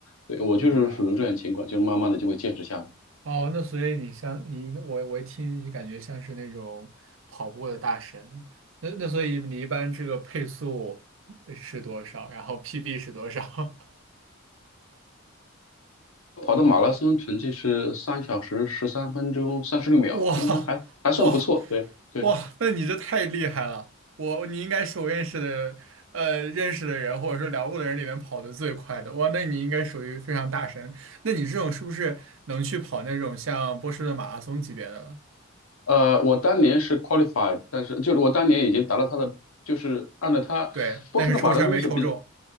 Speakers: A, on the left; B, on the right.
A: 对，我就是属于这种情况，
B: 明白。
A: 就是慢慢的就会坚持下来。
B: 哦，那所以你像你我我一听就感觉像是那种跑步的大神。那那所以你一般这个配速是多少？然后 PB 是多少？
A: 跑的马拉松成绩是三小时十三分钟三十六秒，
B: <laughs> 哇哇
A: 应该还还算不错。对对，
B: 哇！那你这太厉害了！我你应该是我认识的呃认识的人或者说聊过的人里面跑得最快的。哇，那你应该属于非常大神。那你这种是不是能去跑那种像波士顿马拉松级别的了？
A: 呃，我当年是 qualified，但是就是我当年已经达到他的，就是按照他播出的马拉松是比，
B: 对，但是抽签儿没抽中。